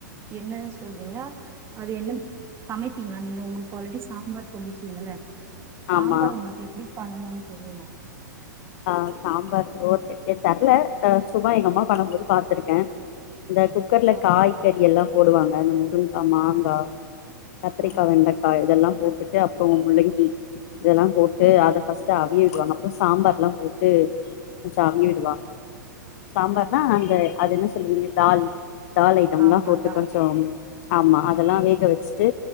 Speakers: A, on the right (about 25°); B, on the left (about 50°).
A: என்ன சொல்வீங்க அது என்ன தமைப்பீங்களா நீங்க உங்களுக்கு ஆல்ரெடி சாப்பார் சொல்லிச்சீங்களல்ல சாம்பாரு
B: ஆமா
A: உங்களுக்கு எப்படிப் பண்ணுவாங்னு தெரியலா
B: ஆ சாம்பார் ஓக்கே ஏ தரல சும்மா எங்க அம்மா பண்ணும்போது பாத்துருக்கேன் இந்த குக்கர்ல
A: ஆ
B: காய்கறியல்லாம் போடுவாங்க இந்த முருங்காய் மாங்காய் கத்திரிக்கா
A: ஆ
B: வெண்டக்காய் இதெல்லாம் போட்டு ட்டு அப்புறம் முள்ளங்கி இதெல்லாம் போட்டு அதை பஸ்ட் அவியல் விடுவாங்க அப்புறம் சாம்பார் எல்லாம் போட்டு கொஞ்சம் அவிய விடுவாங்க சாம்பார்னா
A: ஓகே
B: அந்த
A: ஓகே
B: அது என்ன சொல்லுவீங்க தால் தால் ஐட்டம்
A: ஆமா
B: எல்லாம் போட்டு
A: தால்
B: கொஞ்சம் ஆமா அதெல்லாம்
A: ம்.
B: வேக வச்ட்டு